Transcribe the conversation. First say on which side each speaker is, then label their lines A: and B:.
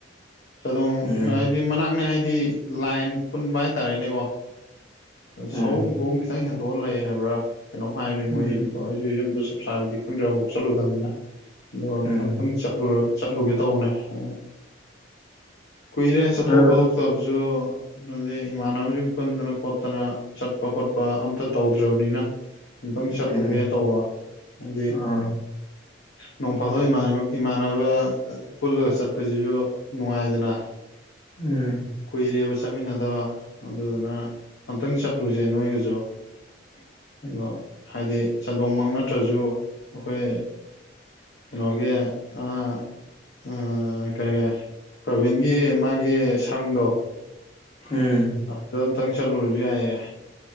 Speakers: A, on the left (about 60°); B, on the left (about 30°).
A: ꯆꯥꯗꯣꯡ
B: ꯎꯝ
A: ꯍꯥꯏꯗꯤ ꯃꯅꯥꯛꯅꯦ ꯍꯥꯏꯗꯤ ꯂꯥꯏꯟ ꯄꯨꯟꯕ ꯍꯥꯏꯇꯥꯔꯦꯅꯦꯀꯣ
B: ꯎꯝ
A: ꯁꯑꯣꯝꯕꯨꯡ ꯈꯤꯇꯪ ꯍꯦꯟꯗꯣꯛꯑ ꯂꯩ ꯍꯥꯏꯕ꯭ꯔꯥ ꯀꯩꯅꯣꯝ ꯍꯥꯏꯕꯅꯤ
B: ꯎꯝ
A: ꯃꯣꯏꯒꯤꯗꯣ ꯑꯩꯁꯨ ꯌꯨꯝꯗ ꯆꯞ ꯆꯥꯕꯤꯗꯤ ꯈꯪꯗ꯭ꯔꯦ ꯑꯃꯨꯛ ꯐꯥꯎ ꯆꯠꯂꯨꯗꯕꯅꯤꯅ ꯑꯗꯣ
B: ꯎꯝ
A: ꯑꯃꯨꯛꯇꯪ ꯆꯠꯂꯨꯔ ꯆꯠꯂꯨꯒꯦ ꯇꯧꯕꯅꯦ ꯑ ꯀꯨꯏꯔꯦ ꯆꯠꯊꯣꯛ
B: ꯎꯝ
A: ꯈꯣꯊꯣꯛꯇꯕꯁꯨ ꯑꯗꯨꯅꯦ ꯏꯃꯥꯟꯅꯕꯁꯤꯡ ꯄꯨꯟꯗꯅ ꯈꯣꯠꯇꯅ ꯆꯠꯄ ꯈꯣꯠꯄ ꯑꯝꯇ ꯇꯧꯗ꯭ꯔꯕꯅꯤꯅ ꯑꯝꯛꯇꯪ ꯆꯠꯂꯨꯒꯦ
B: ꯎꯝ
A: ꯇꯧꯕ ꯍꯥꯏꯗꯤ
B: ꯑ
A: ꯅꯣꯡꯐꯥꯗꯣꯛ ꯏꯃꯥꯟꯅꯕ ꯏꯃꯥꯟꯅꯕ ꯄꯨꯜꯂꯒ ꯆꯠꯄꯁꯤꯁꯨ ꯅꯨꯡꯉꯥꯏꯗꯅ
B: ꯎꯝ
A: ꯀꯨꯏꯔꯦꯕ ꯆꯠꯃꯤꯟꯅꯗꯕ ꯑꯗꯨꯗꯨꯅ ꯑꯝꯇꯪ ꯆꯠꯂꯨꯁꯦ ꯅꯣꯏꯒꯁꯨ
B: ꯎꯝ <inaudible>
A: ꯑꯗꯣ ꯍꯥꯏꯗꯤ ꯆꯟꯗꯣꯡ ꯃꯛ ꯅꯠꯇ꯭ꯔꯁꯨ ꯑꯩꯈꯣꯏ ꯀꯩꯅꯣꯒꯤ ꯑꯃ ꯑꯥ ꯀꯔꯤ ꯀ ꯄ꯭ꯔꯕꯤꯟꯒꯤ ꯃꯥꯒꯤ ꯁꯪꯗꯣ
B: ꯎꯝ
A: ꯑꯗꯨ ꯑꯝꯇꯪ ꯆꯠꯂꯨꯔꯁꯨ ꯌꯥꯏꯌꯦ